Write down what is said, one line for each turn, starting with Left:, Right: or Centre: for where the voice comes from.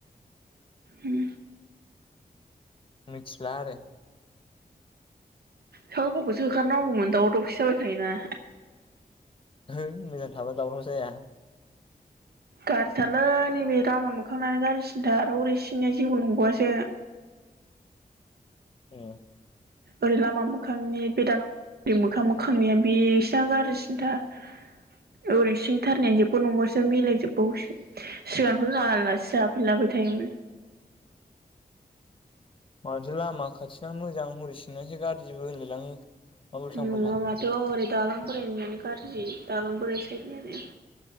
Right: उम।
Left: मिथिला आरो।
Right: सावथालफोखौसो होखारनांगौमोन दावराव दावसि जाबाय थायोना।
Left: है मोजां थाबा दावराव जाया।
Right: गाज्रिथारलै नैबे लामा मोखांनानो गाज्रिसिनथार हरै सिंनिया जिबो नंबावआसो।
Left: उम।
Right: ओरै लामा मोखांनि बे दालाय बे मोखां मोखांनिया बेस्रानो गारजिसिन्थार। ओरै सिं थारनाय जोबबो नंगौसो मिलाय जोबबावसो सिगांथ' जों आलासि जाफैलाबाय थायोमोन।
Left: माथो लामा खाथिना मोजां हरिसिंनासो गाज्रिबो होनलायलाङो मा उल्थां
Right: नङा
Left: फाल्थां
Right: माथो हरै दालां बोरायनिआनो गाज्रि दालां बोरायसै आरो